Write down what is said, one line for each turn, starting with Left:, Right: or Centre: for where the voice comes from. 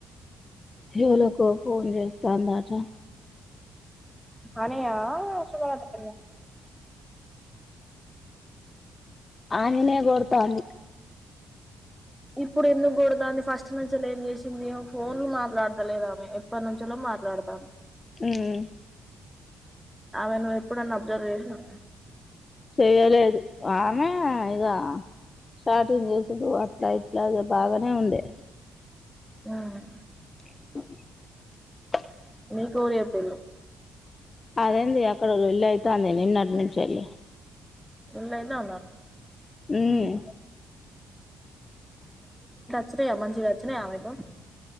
Left: హేళకో ఫోన్ చేస్తాందా కా
Centre: అనయ సుమగాదుకు
Left: ఆ నేనే కొడతాంది
Centre: ఇప్పుడు ఎందుకూడదన్ని ఫస్ట్ ప నుంచ ఏం చేసింది ఫోన్లు మాట్లాడతలేదామె ఎప్పటి నుంచలో మాట్లాడతాము
Left: అమ్
Centre: ఆమెనువ్వు ఎప్పుడన్నా అబ్జర్వ్ చేసినవా
Left: చెయ్యలేదు ఆమె ఇగ స్టార్టింగ్ చేసిడు అట్లా ఇట్లా బాగానే ఉండే
Centre: ఆమ్
Left: <inaudible>
Centre: మీ కోరేపోలు
Left: అదేంది అక్కడ వెళ్ళి అవుతుంది నిన్నటి నుంచి వెళ్ళి
Centre: ఇలేద్ నాన్నా
Left: హమ్
Centre: స అమ్మంజి విచ్చిన అమెకు